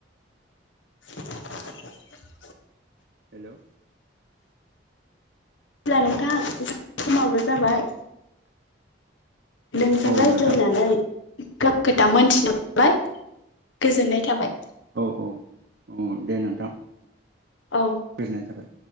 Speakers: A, on the left (about 80°); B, on the right (about 65°).
A: <inaudible>
B: हेलौ
A: <unintelligible> नोंथां समाबो जाबाय नोंजों
B: औ
A: रायज्लायनानै
B: नोंथां
A: गोबां खोथा मोनथिनोमोनबाय गोजोननाय थाबाय
B: औ औ औ दे नोंथां
A: औ
B: गोजोननाय थाबाय